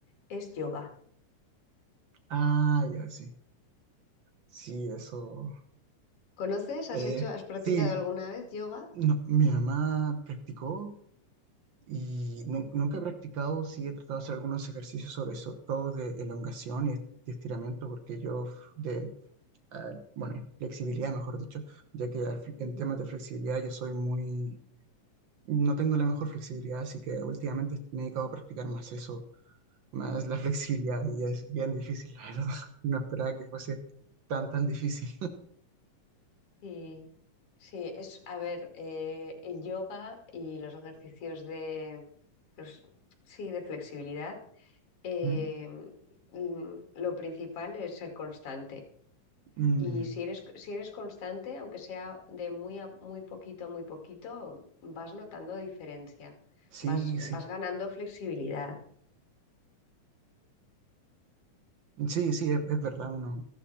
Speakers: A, on the left (about 45°); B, on the right (about 80°).
A: es yoga.
B: Ah, ya, sí. Sí, eso.
A: ¿Conoces? ¿Has
B: eh,
A: hecho, has practicado
B: sí,
A: alguna vez yoga?
B: No, mi mamá practicó y nu- nunca he practicado, sí he tratado de hacer algunos ejercicios sobre eso, todo de elongación y, est- y estiramiento, porque yo f- de, ah, bueno, flexibilidad, mejor dicho, ya que al fi-
A: Ujú.
B: en temas de flexibilidad yo soy muy, no tengo la mejor flexibilidad, así que últimamente me he dedicado a practicar más eso, más la <laughs> flexibilidad y es bien difícil, la verdad. <laughs> No esperaba que fuese tan, tan difícil.
A: Sí, sí, es, a ver, eh, el yoga y los ejercicios de, los, sí, de flexibilidad, eh,
B: <laughs>
A: mm, lo principal es ser constante.
B: Mm,
A: Y si eres, si eres constante, aunque sea de muy a muy poquito a muy poquito, vas notando diferencia,
B: sí,
A: vas, vas
B: sí.
A: ganando flexibilidad.
B: Sí, sí, es, es verdad, uno